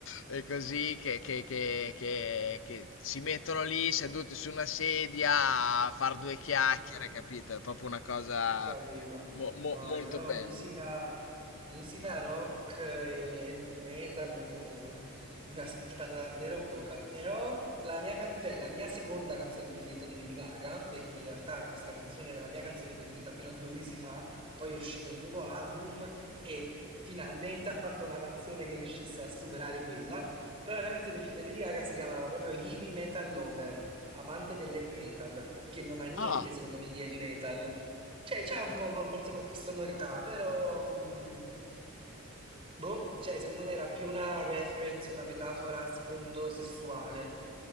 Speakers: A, on the left; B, on the right.
A: e così che, che- che- che- che si mettono lì seduti su una sedia a far due chiacchiere,
B: Mm, mm, mm.
A: capito? È proprio una cosa
B: Capito.
A: mo- mo-
B: No,
A: molto
B: io
A: bella.
B: musica, musica rock e metal ne, ne ho ascoltata davvero poca, però la mia, can- cioè, la mia seconda canzone preferita di Lady Gaga, perché in realtà questa canzone era la mia canzone preferita fino a due mesi fa, poi è uscito il nuovo album e finalmente ha fatto una canzone che riuscisse a superare quella, però la mia canzone preferita di Lady Gaga si chiamava proprio Heavy Metal Lover, amante dell'heavy metal, che non ha niente
A: Ah,
B: secondo me di heavy metal. Cioè, c'è un po' forse qualche sonorità, però... mm, boh, cioè, secondo me era più una reference, una metafora a sfondo sessuale.